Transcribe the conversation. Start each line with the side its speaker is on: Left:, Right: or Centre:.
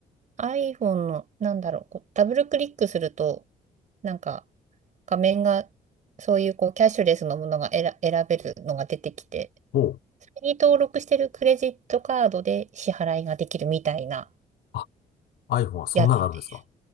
Right: iPhone の、なんだろう、こうダブルクリックすると、なんか画面が、そういうこうキャッシュレスのものが選、選べるのが出てきて、
Left: おう。
Right: に登録してるクレジットカードで支払いができるみたいな
Left: あ、iPhone はそんなのがあるんですか
Right: やつです。